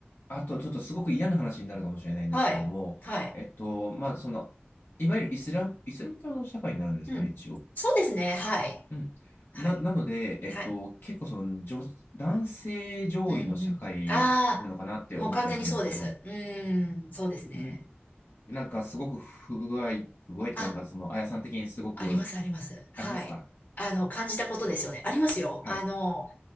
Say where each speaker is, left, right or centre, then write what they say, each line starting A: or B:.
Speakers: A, on the left; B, on the left.
A: あと、ちょっとすごく嫌な話になるかもしれないんですけども、
B: はい。はい。
A: えっと、まあ、その、いわゆるイスラム、イスラム教の社会になるんですかね、
B: うん。
A: 一応。
B: そうですね。はい。
A: うん。
B: はい。
A: な、なので、えっと、
B: はい。
A: 結構その、女、男性上位の社会なのかなって思ったりするんですけど、
B: うんうん。ああ、もう完全にそうです。うーん、そうですね。
A: うん、なんかすごく不具合、不具合というか、
B: あ、
A: なんかその、あやさん的にすごく
B: あります、あります。はい。
A: ありますか
B: あの、感じたことですよね。ありますよ。
A: はい。
B: あの、